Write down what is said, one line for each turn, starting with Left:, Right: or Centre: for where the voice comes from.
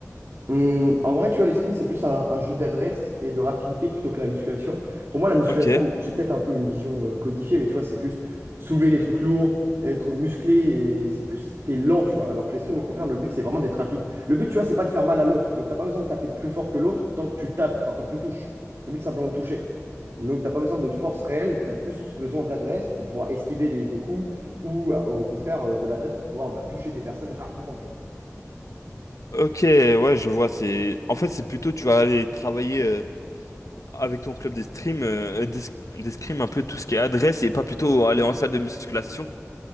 Right: Hum, en vrai, tu vois, l'escrime, c'est plus un, un jeu d'adresse et de rapidité plutôt que la musculation. Pour moi, la musculation,
Left: Ok.
Right: j'ai peut-être un peu une vision euh, codifiée, mais tu vois, c'est plus soulever des trucs lourds, être musclé, et c'est plus, t'es lent, tu vois. Alors que l'escrime, au contraire, le but, c'est vraiment d'être rapide. Le but, tu vois, c'est pas de faire mal à l'autre. Donc, t'as pas besoin de taper plus fort que l'autre tant que tu tapes, enfin, tant que tu touches. Le but, c'est simplement de toucher. Donc, t'as pas besoin de force réelle, t'as plus besoin d'adresse pour pouvoir esquiver des, des coups ou, euh, au contraire, euh, de l'adresse pour pouvoir bah, toucher des personnes rapidement, tu vois.
Left: Ok, ouais, je vois. C'est, en fait, c'est plutôt, tu vas aller travailler. euh, avec ton club d'escrime, euh, d'es- d'escrime un peu tout ce qui est adresse et pas plutôt aller en salle de musculation